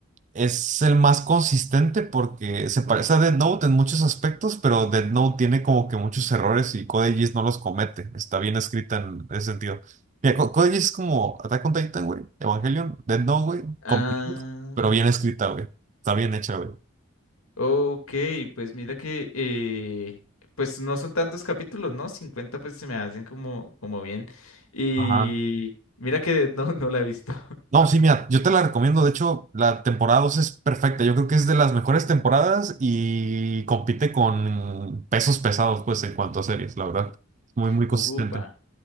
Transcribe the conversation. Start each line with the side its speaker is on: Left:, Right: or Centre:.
Right: Es el más consistente porque se parece a Death Note en muchos aspectos, pero Death Note tiene como que muchos errores y Code Geass no los comete. Está bien escrita en ese sentido. Mira, Co- Code Geass es como Attack on Titan, güey, Evangelion, Death Note, güey, combinado,
Left: Ah.
Right: pero bien escrita, güey. Está bien hecha, güey.
Left: Ok, pues mira que eh, pues no son tantos capítulos, ¿no? 50 pues se me hacen como, como bien. Y
Right: Ajá.
Left: mira que <laughs> no, no la he visto.
Right: No, sí, mira, yo te la recomiendo. De hecho, la temporada 2 es perfecta. Yo creo que es de las mejores temporadas y compite con pesos pesados, pues, en cuanto a series, la verdad. Muy,
Left: <laughs>
Right: muy consistente.
Left: Upa.